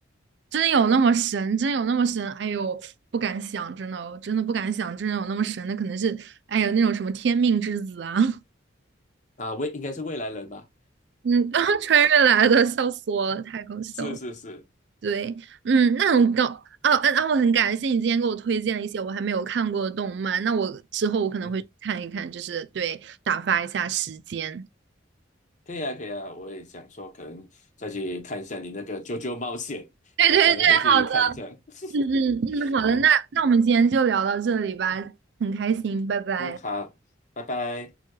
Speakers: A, on the right (about 60°); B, on the left (about 40°).
A: 真有那么神，真有那么神，哎呦，不敢想，真的哦，我真的不敢想，真有那么神，那可能是，哎呀，那种什么天命之子啊，
B: 啊？未应该是未来人吧？
A: 嗯，<laughs> 穿越来的，笑死我了，太搞笑了。
B: 是是是，
A: 对，嗯，那很高，啊啊啊，我很感谢你今天给我推荐了一些我还没有看过的动漫，那我之后我可能会去看一看，
B: 嗯。
A: 就是对，打发一下时间。
B: 可以啊，可以啊，我也想说，可能再去看一下你那个《啾啾冒险》，
A: <laughs> 对对对，
B: 我可能会去看一下。
A: 好。
B: <laughs>
A: 嗯嗯嗯，好的，
B: 嗯
A: 那那我们今天就聊到这里吧，很开心，拜拜。
B: 嗯，好，拜拜。